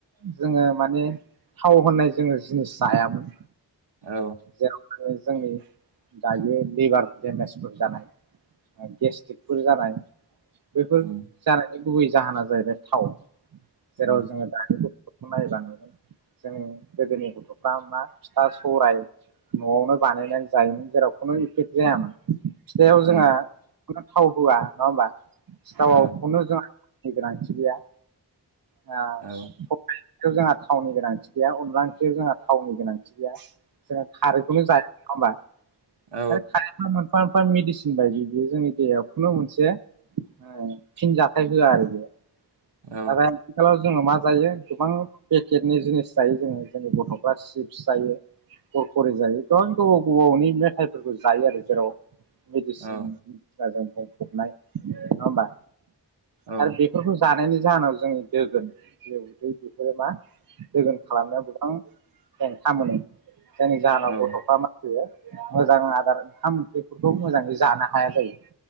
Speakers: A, on the right; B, on the right.
A: जोङो माने थाव होननाय जोङो जिनिस जायामोन।
B: औ।
A: जेराव माने जोंनि दायो लिभार देमेजफोर जानाय गेस्ट्रिकफोर जानाय बेफोर
B: उम
A: जानायनि गुबै जाहोना जाहैबाय थाव जेराव
B: उम
A: जोङो दानि गथ' फोरखौ नायबा नुगोन। जों गोदोनि गथ'फ्रा मा फिथा सराय न'आवनो बानायनानै जायोमोन। जेराव खुनु इफेक्ट जायामोन फिथाइाव
B: उम
A: जोंहा थाव होआ नङा होमबा। सिथावावखौनो
B: औ
A: जोंहानि गोनांथि गैया। आं
B: औ
A: सबाइ ओंख्रियाव जोंहा थावनि गोनांथि गैया अनला ओंख्रियाव जोंहा थावनि गोनांथि गैया। जोंहा खारैखौनो जायोमोन नङा होनबा
B: औ
A: आरो खारै फार्म फार्म मेडिसिन बायदि बियो जोंनि देहायाव खुनु मोनसे ओ फिन जाथाय होआ आरो बे नाथाय
B: औ
A: आथिखालाव जोङो मा जायो गोबां पेकेटनि जिनिस जायो जोङो जोंनि गथ'फ्रा चिप्स जायो। खर खरि जायो गोबां गोबाव गोबावनि मेथाइफोरखौ जायो आरो जेराव मेडिसिनजों
B: औ
A: बुंफबनाय नङा होमबा
B: औ
A: आरो बेफोरखौ जानायनि जाहोनाव जोंनि दोगोन जि उदै बेफोरो मा दोगोन खालामनायाव गोबां हेंथा मोनो जायनि जाहोनाव
B: ओ
A: गथ'फ्रा मा होनो मोजां आदार ओंखाम ओंख्रिफोरखौ मोजाङै जानो हाया जायो